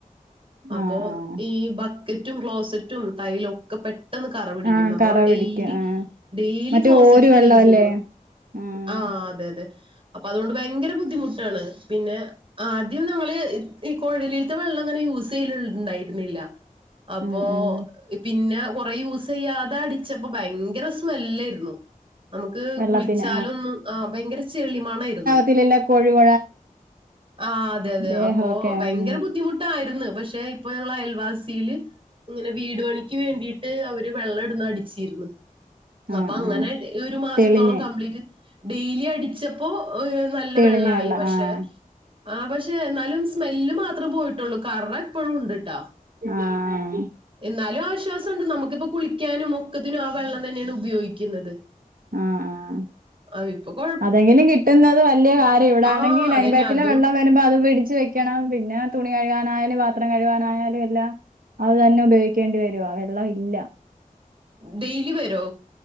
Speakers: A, on the right (about 40°); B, on the right (about 80°).
A: അപ്പോ
B: ആഹ് ആഹ്
A: ഈ ബക്കറ്റും, ക്ലോസറ്റും ടൈലൊക്കെ പെ ട്ടെന്ന് കറ പിടിക്കും.
B: ആഹ്
A: നമ്മൾ
B: കറ
A: ഡെയിലി,
B: പിടിക്കും ആഹ്
A: ഡെയിലി
B: മറ്റേ
A: ക്ലോസറ്റ്
B: ഓരു
A: ക്ലീൻ
B: വെള്ളവല്ലേ
A: ചെയ്യണം.
B: ഉം
A: ആഹ് അതെ, അതെ അപ്പൊ അതുകൊണ്ട് ഭയങ്കര ബുദ്ധിമുട്ടാണ്. പിന്നെ ആദ്യം നമ്മള് ഈ കൊഴലിലത്തെ വെള്ളം അങ്ങനെ യൂസ് ചെയ്യല ഉണ്ടായിരുന്നില്ല. അപ്പോ
B: ഉം ഉം
A: പിന്നെ കൊറേ യു സ് ചെയ്യാതെ അടിച്ചപ്പോ ഭയങ്കര സ്മെല്ലായിരുന്നു. നമുക്ക്
B: വെള്ളത്തിന്
A: കുളിച്ചാലൊന്നും ആഹ് ഭയങ്കര ചെളിമണം അയിരുന്നു.
B: പിന്നല്ലെ കൊഴുവ.
A: ആഹ് അതെ അതെ
B: ദേഹമൊക്കെ
A: അപ്പോ ഭയങ്കര
B: ഉം
A: ബുദ്ധിമു ട്ടായിരുന്നു. പക്ഷെ ഇപ്പൊ ഞങ്ങളെ അയൽവാസിയില് ഇങ്ങനെ വീട് പണിക്ക് വേണ്ടിട്ട് അവര് വെള്ളം ഇവിടുന്ന് അടിച്ചിരുന്ന്- അപ്പൊ
B: ആഹ്
A: അങ്ങനെ
B: ആഹ്
A: ഒരു മാസത്തോളം
B: തെളിഞ്ഞ്
A: കംപ്ലീറ്റ് ഡെയിലി അടിച്ചപ്പോൾ ഒരു നല്ല നല്ല
B: തെളിഞ്ഞ
A: വെള്ളം ആയി. പക്ഷേ
B: ആഹ്
A: പക്ഷേഎന്നാലും സ്മെൽ മാത്രേ പോയിട്ടുള്ളൂ കറ ഇപ്പഴും ഉണ്ട് ട്ടാ.
B: ആഹ്
A: എന്നാലും ആശ്വാസം ഉണ്ട്. നമുക്കിപ്പൊ കുളിക്കാനും ഒക്കത്തിനും ആ വെള്ളം തന്നെയാണ് ഉപയോഗിക്കുന്നത്.
B: ആഹ് ആഹ്
A: അഹാ ഇപ്പൊ കൊഴ
B: അതെങ്കിലും കിട്ടുന്നത് വലിയ കാര്യം. ഇവിടെ
A: ആ
B: ആണെങ്കിൽ
A: അതന്നെ
B: ലൈൻ പൈപ്പിലെ
A: അതും
B: വെള്ളം വരുമ്പോ അത് പിടിച്ച് വെക്കണം. പിന്നെ തുണി കഴുകാനായാലും പാത്രം കഴുകാനായാലും എല്ലാം അത് തന്നെ ഉപയോഗിക്കേണ്ടി വരുവാ വെള്ള വില്ല.
A: ഡെയിലി വരോ